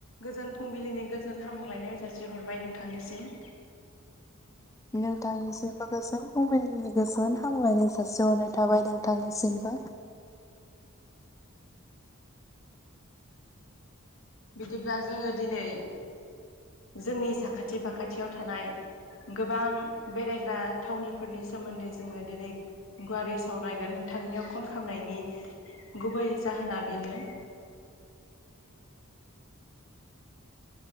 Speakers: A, on the left (about 65°); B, on the left (about 15°).
A: गोजोन फुंबिलिनि गोजोन हामग्लायनायाव जासिहरबाय नोंथांनिसिम।
B: नोंथांनिसिमबो गोजोन फुंबिलिनि गोजोन हामलायनाय जासिहरनाय थाबाय नोंथांनिसिमबो।
A: बिदिब्ला जोङो दिनै जोंनि साखाथि फाखाथियाव थानाय गोबां बेरायग्रा थावनिफोरनि सोमोन्दै जोङो दिनै गुवारै सावरायगोन नोंथांनियाव कल खालामामनायनि गुबै जाहोना बेनो।